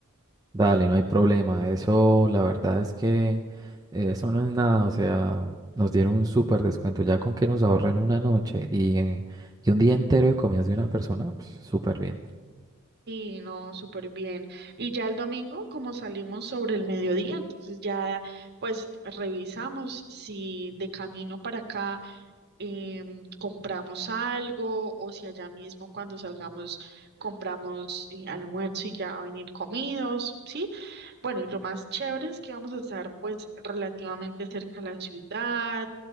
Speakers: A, on the right; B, on the right.
A: Dale, no hay problema. Eso, la verdad es que eh, eso no es nada. O sea, nos dieron un súper descuento. Ya con que nos ahorren una noche y, eh, y un día entero de comidas de una persona, pues, súper bien.
B: Y no, súper bien. Y ya el domingo, como salimos sobre el mediodía, entonces ya pues revisamos si de camino para acá em, compramos algo o si allá mismo cuando salgamos compramos eh, almuerzo y ya venir comidos, ¿sí? Bueno, y lo más chévere es que vamos a estar pues relativamente cerca a la ciudad,